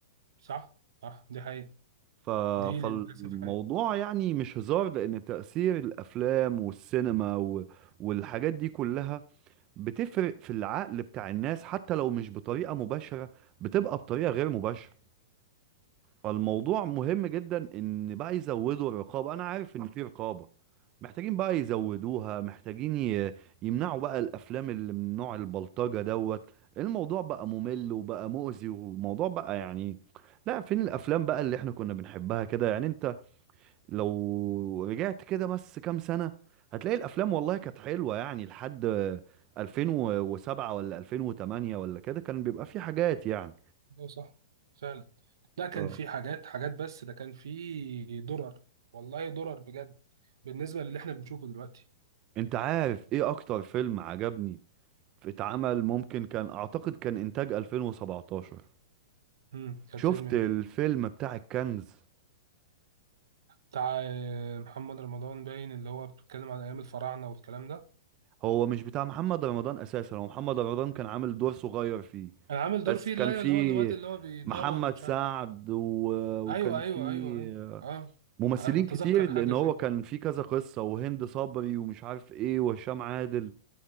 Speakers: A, on the right (about 80°); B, on the right (about 30°).
A: صح صح دي حقيقة
B: ف...
A: دي
B: فالموضوع
A: للأسف حقيقة
B: يعني مش هزار لأن تأثير الأفلام والسينما و... والحاجات دي كلها بتفرق في العقل بتاع الناس حتى لو مش بطريقة مباشرة بتبقى بطريقة غير مباشرة فالموضوع مهم جدا ان بقى يزودوا الرقابه انا عارف ان في رقابه محتاجين بقى يزودوها محتاجين ي- يمنعوا بقى الافلام اللي من نوع البلطجه دوت الموضوع بقى ممل وبقى مؤذي وموضوع بقى يعني لا فين الافلام بقى اللي احنا كنا بنحبها كده يعني انت لو رجعت كده بس كام سنه هتلاقي الافلام والله كانت حلوه يعني لحد 2007 ولا 2008 ولا كده كان بيبقى في حاجات يعني
A: ايوه صح فعلا ده كان
B: ف-
A: في حاجات حاجات بس ده كان في درر والله درر بجد بالنسبه للي احنا بنشوفه دلوقتي
B: انت عارف ايه اكتر فيلم عجبني اتعمل ممكن كان اعتقد كان انتاج 2017
A: امم كان
B: شفت
A: فيلم إيه؟
B: الفيلم بتاع الكنز
A: بتاع آه، محمد رمضان باين اللي هو بيتكلم عن ايام الفراعنه والكلام ده
B: هو مش بتاع محمد رمضان اساسا هو محمد رمضان كان عامل دور صغير فيه
A: انا عامل دور
B: بس
A: فيه
B: كان
A: اللي هو
B: فيه
A: اللي هو الواد اللي هو بيدور
B: محمد
A: ومش
B: سعد
A: عارف إيه.
B: و... وكان
A: ايوه ايوه
B: فيه
A: ايوه ايوه اه
B: ممثلين
A: اتذكر
B: كتير
A: حاجه
B: لان هو
A: زي كده
B: كان فيه كذا قصة وهند صبري ومش عارف ايه وهشام عادل